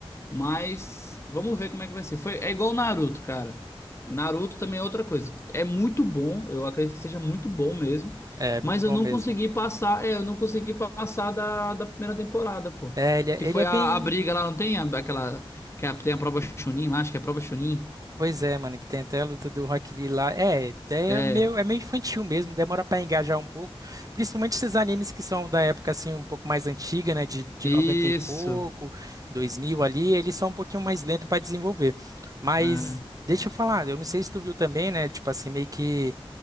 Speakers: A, on the left (about 25°); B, on the right (about 35°).
A: Mas vamos ver como é que vai ser. Foi, é igual o Naruto, cara. Naruto também é outra coisa. É muito bom, eu acredito que seja muito bom mesmo.
B: É muito
A: Mas
B: bom
A: eu não
B: mesmo.
A: consegui passar, é, eu não consegui passar da, da primeira temporada, pô.
B: É, ele, é-
A: Que foi
B: ele é bem.
A: a, a briga lá, não tem a- aquela. Que é- tem a prova Chunin lá, acho que é a prova Chunin.
B: Pois é, mano, que tem até a luta do Rock Lee lá. É, é
A: É,
B: meio, é meio infantil mesmo, demora pra engajar um pouco. Principalmente esses animes que são da época, assim, um pouco mais antiga, né? De, de
A: isso.
B: 90 e pouco, 2000 ali, eles são um pouquinho mais lentos pra desenvolver. Mas
A: é.
B: deixa eu falar, eu não sei se tu viu também, né? Tipo assim, meio que.